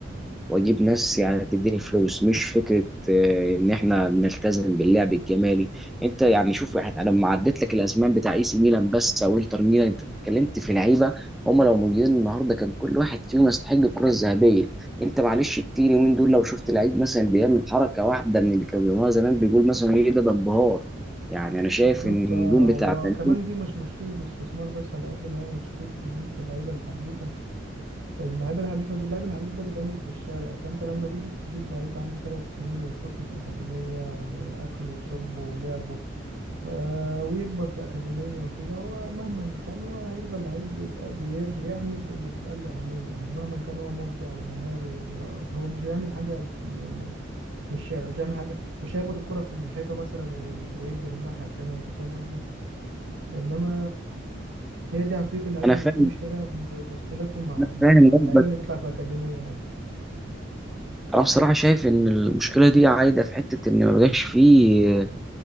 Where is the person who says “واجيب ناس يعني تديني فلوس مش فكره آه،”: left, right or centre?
Centre